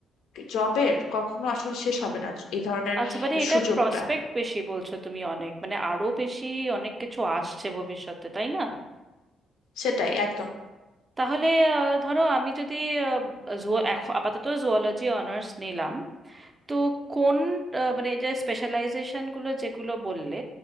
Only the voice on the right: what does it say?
আচ্ছা মানে এটা
প্রসপেক্ট বেশি বলছো তুমি অনেক মানে আরো বেশি অনেক কিছু আসছে ভবিষ্যতে তাই না
তাহলে আহ, ধরো আমি যদি জুও এখন আপাতত জুওলজি অনার্স নিলাম তো কোন আহ, মানে এই যে স্পেশালাইজেশন গুলো যেগুলো বললে